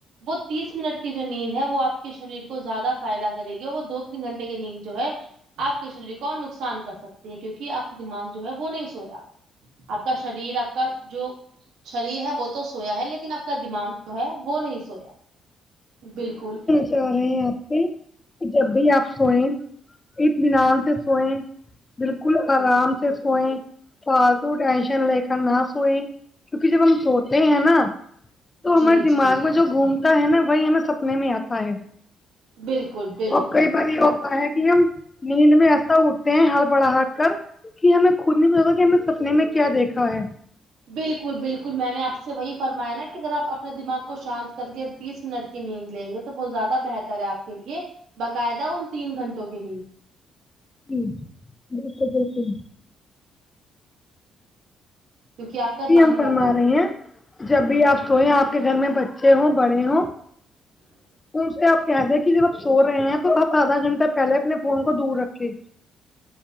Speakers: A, on the right (about 80°); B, on the left (about 25°).
A: وہ تیس منٹ کی جو نیند ہے وہ آپ کے شریر کو زیادہ فائدہ کرے گی وہ دو تین گھنٹے کی نیند جو ہے آپ کے شریر کو اور نقصان کر سکتی ہے کیونکہ آپ کا دماغ جو ہے وہ نہیں سویا آپ کا شریر آپ کا جو شریر ہے وہ تو سویا ہے لیکن اپ کا دماغ جو ہے وہ نہیں سویا بالکل
B: کہہ رہے ہیں اپی کہ جب بھی آپ سوئیں اطمینان سے سوئے بالکل آرام سے سوئے فالتو ٹینشن لے کر نہ سوئے کیونکہ جب ہم سوتے ہیں نا تو
A: جی
B: ہمارے دماغ
A: جی
B: میں جو گھومتا ہے نا وہی ہمیں سپنے میں آتا ہے
A: بالکل بالکل
B: اور کئی بار یہ ہوتا ہے کہ ہم نیند میں ایسا اٹتے ہیں ہڑبڑ ہٹ کر کہ ہمیں خود نہیں پتا تھا کہ ہمیں سپنے میں کیا دیکھا ہے
A: بالکل بالکل میں نے آپ سے وہی فرمایا نا کہ کہ اگر آپ اپنے دماغ کو شانت کر کے تیس منٹ کی نیند لیں گے تو وہ زیادہ بہتر ہے آپ کے لیے باقاعدہ ان تین گھنٹوں کے نیند
B: جی بالکل بالکل
A: کیونکہ آپ کا
B: جی
A: دام
B: ہم
A: کر
B: فرما
A: رہا ہے
B: رہے ہیں جب بھی آپ سوئے آپ کے گھر میں بچے ہوں بڑے ہوں
A: <inaudible>
B: ان سے آپ کہہ دیں کہ جب آپ سو رہے ہیں تو آدھا گھنٹہ پہلے اپنے فون کو دور رکھے